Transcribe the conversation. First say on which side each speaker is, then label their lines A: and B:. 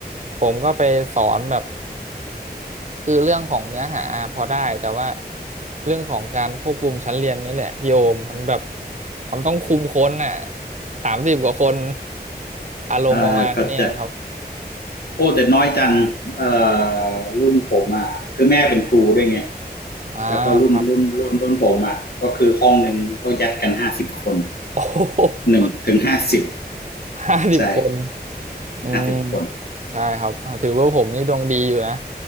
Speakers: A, on the right (about 45°); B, on the left (about 70°).
A: ผมก็ไปสอนแบบคือเรื่องของเนื้อหาพอได้แต่ว่าเรื่องของการควบคุมชั้นเรียนนี่แหละพี่โอมมันแบบมันต้องคุมคนน่ะสามสิบกว่าคนอารมณ์ประมาณเนี่ยครับ
B: อ่าก็จะโอ้แต่น้อยจังเอ่อรุ่นผมอ่ะคือแม่เป็นครูด้วยไง
A: อ่าครับ
B: แล้วก็รุ่นรุ่นรุ่นรุ่นผมอ่ะก็คือห้องหนึ่งก็ยัดกันห้าสิบคน
A: <laughs> โอ้
B: หนึ่งถึงห้าสิบ
A: ห้าสิบคน
B: ใช่
A: อืม
B: ห้าสิบคน
A: ใช่ครับถือว่าผมนี่ดวงดีอยู่นะ